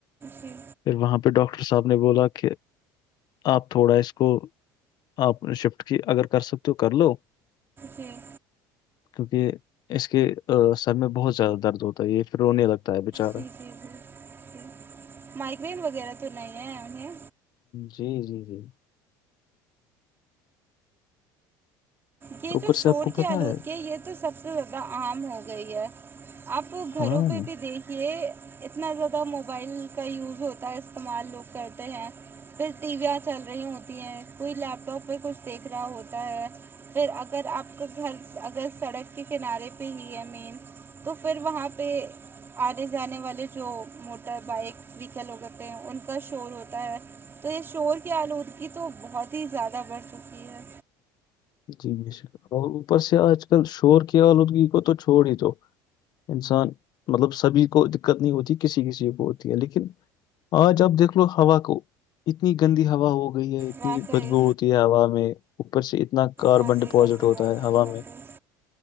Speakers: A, on the right; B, on the left.
A: جی
B: پھر وہاں پہ ڈاکٹر صاحب نے بولا کہ آپ تھوڑا اس کو آپ نے شفٹ کی اگر کر سکتے ہو کر لو
A: جی
B: کیونکہ اس کے سر میں بہت زیادہ درد ہوتا ہے یہ پھر رونے لگتا ہے بیچارہ
A: جی جی جی مائکریین وغیرہ تو نہیں ہے انہیں
B: جی جی جی
A: یہ
B: اوپر
A: جو
B: سے
A: شور
B: آپ کو
A: کی
B: پتا
A: آلودگی
B: ہے
A: یہ تو سب سے زیادہ عام ہو گئی ہے آپ گھروں
B: ہاں
A: پہ بھی دیکھیے اتنا زیادہ موبائل کا یوز ہوتا ہے استعمال لوگ کرتے ہیں پھر ٹی ویاں چل رہی ہوتی ہیں کوئی لیپ ٹاپ پہ کچھ دیکھ رہا ہوتا ہے پھر اگر آپ کا گھر اگر سڑک کے کنارے پہ ہی ہے مین تو پھر وہاں پہ آنے جانے والے جو موٹر بائک ویکل ہو کرتے ہیں ان کا شور ہوتا ہے تو یہ شور کی آلودگی تو بہت ہی زیادہ بڑھ چکی ہے
B: جی بش اور اوپر سے آج کل شور کی آلودگی کو تو چھوڑ ہی تو انسان مطلب سبھی کو دقت نہیں ہوتی کسی کسی کو ہوتی ہے لیکن آج اب دیکھ لو ہوا کو اتنی گندی ہوا ہو ہو گئی ہے اتنی
A: واقعی
B: بدبو ہوتی ہے ہوا میں اوپر سے اتنا کاربن
A: واقعی
B: ڈپوزٹ
A: واقعی
B: ہوتا
A: واقعی
B: ہے ہوا
A: واقعی
B: میں <inaudible>